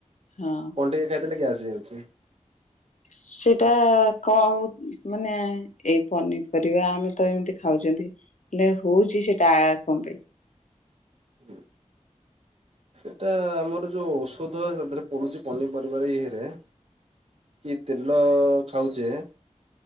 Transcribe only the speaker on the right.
କଣ ଟିକେ ଖାଇଦେଲେ ଗ୍ୟାସ୍ ହେଇଯାଉ କେ
ହୁଁ ସେଟା ଆମର ଯୋଉ ଔଷଧ ତା ଦେହରେ ପଡୁଛି ଆମର ପନିପରିବାର ଇଏରେ କି ତେଲ ଖାଉଛେ